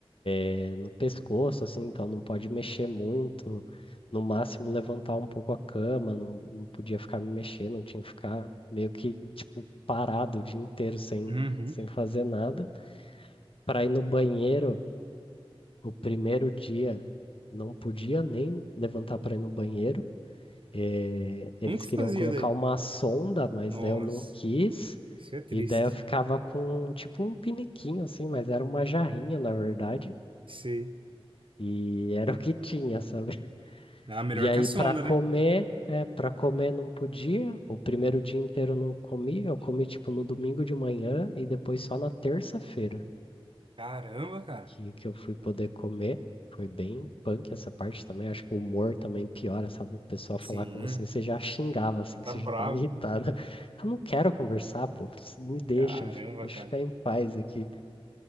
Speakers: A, on the left; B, on the right.
A: é, no pescoço, assim, então não pode mexer muito, no máximo levantar um pouco a cama, não, não podia ficar me mexendo, tinha que ficar meio que, tipo, parado o dia inteiro sem,
B: Uhum.
A: sem fazer nada. Para ir no banheiro, o primeiro dia não podia nem levantar para ir no banheiro. Eh, eles
B: Como que fazia
A: queriam colocar
B: daí?
A: uma sonda, mas
B: Nossa,
A: daí eu não quis.
B: isso é triste.
A: E daí eu ficava com tipo um piniquinho assim, mas era uma jarrinha na verdade.
B: Sei.
A: E era o que tinha, sabe?
B: Ah, melhor
A: E aí,
B: que a sonda,
A: para comer,
B: né?
A: é, para comer não podia. O primeiro dia inteiro eu não comi. Eu comi tipo no domingo de manhã e depois só na terça-feira
B: Caramba, cara.
A: que, que eu fui poder comer. Foi bem punk essa parte também. Acho que o humor também piora, sabe? O pessoal
B: Sim,
A: falar com você, você já xingava, assim,
B: já tá
A: que você
B: bravo.
A: já tava irritada. <laughs> Eu não quero conversar, pô. Me deixa,
B: Caramba,
A: deixa
B: cara.
A: eu ficar em paz aqui.